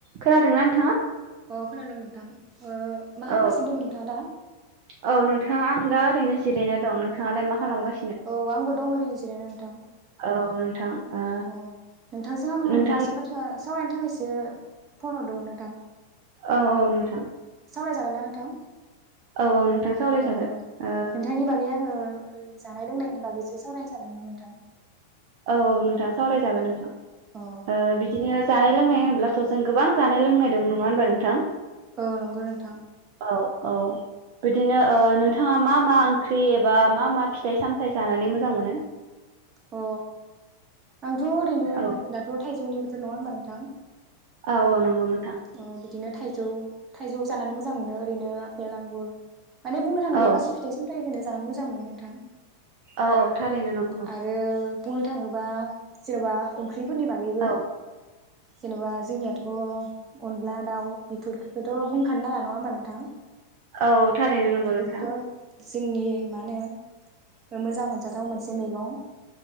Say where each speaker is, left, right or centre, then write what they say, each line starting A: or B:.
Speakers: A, on the right; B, on the right.
A: खोनादोंना नोंथाङा
B: अ खोनादों नोंथां ओ मा खालाम
A: औ
B: गासिनो दं नोंथाङा दा
A: औ नोंथां आं दा ओरैनो जिराय दं नोंथाङालाय मा खालामगास
B: औ आंबो दं ओरैनो जिरायना नोंथां
A: औ नोंथां ओ
B: औ नोंथांजों आं
A: नोंथां
B: मोनसे बाथ्रा सावरायनो थाखायसो फन हरदोंमोन नोंथां
A: औ औ नोंथां
B: सावरायजागोन दा नोंथां
A: औ औ नोंथां सावरायजागोन
B: अ
A: ओ
B: नोंथांनि बागै आङो ओ ओ जानाय लोंनायनि बागैसो सावरायनो सानदोंमोन नोंथां
A: औ औ नोंथां सावरायजागोन नोंथां
B: अ
A: ओ बिदिनो जा लोंनाय होनोबथ' जों गोबां जानाय लोंनाय दं नङा होनबा नोंथां
B: औ नंगौ नोंथां
A: औ औ बिदिनो नोंथाङा मा मा ओंख्रि एबा मा मा फिथाइ सामथाइ जानानै मोजां मोनो
B: अ आंथ' ओरैनो
A: औ
B: दाथ' थाइजौनि बोथोर नङा होनबा नोंथां
A: औ औ नोंगौ नोथां
B: अ बिदिनो थाइजौ थाइजौ जानानै मोजां मोनो ओरैनो आपेल आंगुर माने बुंनो थाङोब्ला
A: औ
B: गासै फिथाय साम <unintelligible> जानो मोजां मोनो नोंथां
A: औ औ थारैनो नंगौ
B: आरो बुंनो थाङोबा जेनेबा ओंख्रि <unintelligible> नि बागैबो
A: औ
B: जेन'बा जोंनियाथ' अनला दाउ बेफोरखौथ' बुंखानो नाङा नङा होमबा नोंथां
A: औ थारैनो नंगौ
B: बेफोरखौथ'
A: नोंथां।
B: जोंनि मा होनो मोजां मोनजाथाव मोन से मैगं